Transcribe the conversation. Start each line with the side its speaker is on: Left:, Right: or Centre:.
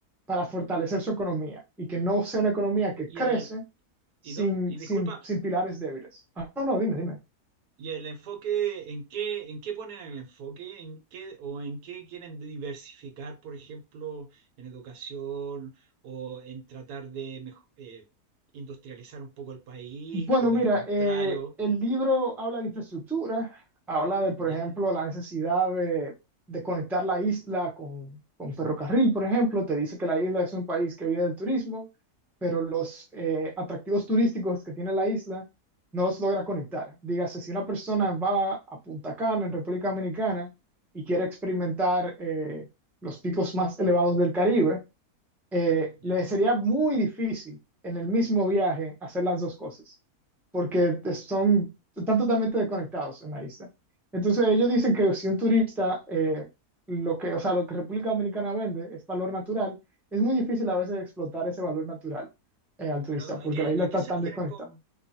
Centre: para fortalecer su economía y que no sea una economía que
Right: y
Centre: crece
Right: el,
Centre: sin,
Right: y, do- y
Centre: sin,
Right: disculpa,
Centre: sin pilares débiles. Ah, no, no, dime, dime.
Right: ¿Y el enfoque en qué, en qué ponen el enfoque? ¿En qué o en qué quieren diversificar, por ejemplo, en educación o en tratar de mejo- eh, industrializar un poco el país
Centre: Bueno,
Right: o
Centre: mira,
Right: al contrario?
Centre: eh, el libro habla de infraestructura, habla de, por
Right: Ya,
Centre: ejemplo, la necesidad de, de conectar la isla con, con ferrocarril, por ejemplo. Te dice que la isla es un país que vive del turismo, pero los eh, atractivos turísticos que tiene la isla no los logra conectar. Dígase, si una persona va a Punta Cana, en República Dominicana, y quiere experimentar eh, los picos más elevados del Caribe, eh,
Right: ya.
Centre: le sería muy difícil en el mismo viaje hacer las dos cosas, porque son, están totalmente desconectados en la isla. Entonces ellos dicen que si un turista, eh, lo que, o sea, lo que República Dominicana vende es valor natural, es muy difícil a veces explotar ese valor natural eh, al turista,
Right: Pero
Centre: porque
Right: ¿a qué,
Centre: la isla
Right: a
Centre: está
Right: qué se
Centre: tan
Right: refieren
Centre: desconectada.
Right: con,